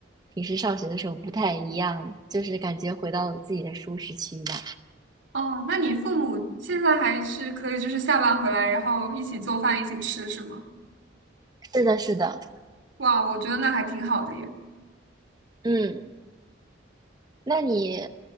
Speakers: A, on the right; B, on the right.
A: 平时上学的时候不太一样，就是感觉回到了自己的舒适区吧。
B: 哦，那你父母现在还是可以，就是下班回来，然后一起做饭，一起吃，是吗？
A: 是的，是的，
B: 哇，我觉得那还挺好的耶。
A: 嗯，那你，